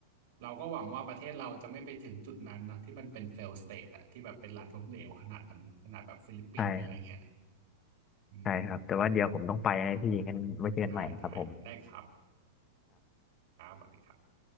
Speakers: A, on the right; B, on the left.
A: เราก็หวังว่าประเทศเราจะไม่ไปถึงจุดนั้นนะที่มันเป็น fail state อะที่แบบเป็นรัฐล้มเหลวขนาดนั้นขนาดแบบฟิลิปปินส์อะไรเงี้ย
B: ใช่ครับ
A: อืม
B: ใช่ครับแต่ว่าเดี๋ยวผมต้องไปให้พี่งั้นไว้เจอกันใหม่นะครับผม
A: ได้ได้ได้ครับครับสวัสดีครับ